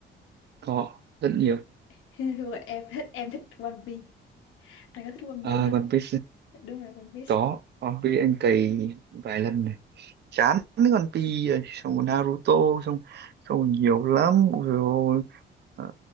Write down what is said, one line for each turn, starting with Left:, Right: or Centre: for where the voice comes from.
Right: có rất nhiều
Left: <laughs> Phim hoạt- em thích em thích One Piece. Anh có thích One
Right: à,
Left: Piece không?
Right: còn phim
Left: Dạ, Đúng rồi, One Piece.
Right: có còn vì anh cày vài lần này chán mấy con Pi rồi, xong rồi Naruto xong xong rồi nhiều lắm Ôi dồi ôi, ờ,